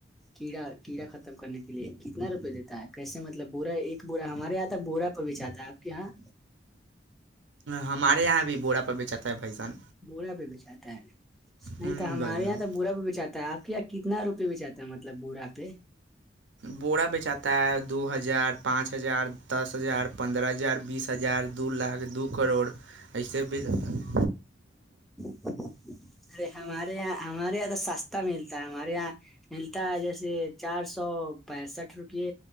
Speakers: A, in the centre; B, on the right.
A: کیڑا کیڑا ختم کرنے کے لیے کتنا روپے دیتا ہے کیسے مطلب بورا ایک بورا ہمارے یہاں تو بورا پ بیچھاتا ہے آپ کے یہاں
B: ہمارے یہاں بھی بوڑا پ بیچاتا ہے بھ جان
A: بوڑا پہ بچاتا ہے نہیں
B: ہوں
A: تو ہمارے
B: بھائی جان
A: یہاں تو برا بھی بی چاہتا ہے آپ کے یہاں کتنا روپے بیچاتا ہے مطلب بوورا پہ
B: بورا بیچاتا ہے دو ہزار پانچ ہزار دس ہزار پندرہ ہزار بیس ہزار دو لاکھ دو کروڑ ایسے بیچاتا ہے
A: <inaudible> ارے ہمارے یہاں ہمارے یہاں تو سستا ملتا ہے ہمارے یہاں ملتا ہے جیسے چار سو پینسٹھ روپے